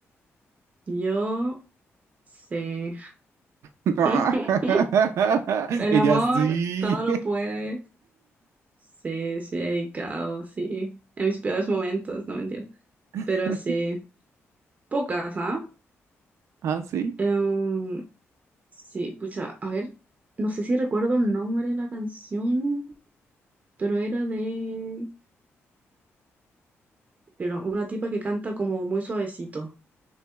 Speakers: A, on the right (about 30°); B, on the right (about 85°).
A: yo sé.
B: <laughs>
A: <laughs> El
B: Ella
A: amor
B: sí.
A: todo lo puede. Sí, sí, he dedicado, sí. En mis peores momentos, no mentira. Pero
B: <laughs>
A: sí, pocas, ¿ah?
B: Ah, sí.
A: Em, sí, pucha, a ver, no sé si recuerdo el nombre de la canción, pero era de era una tipa que canta como muy suavecito.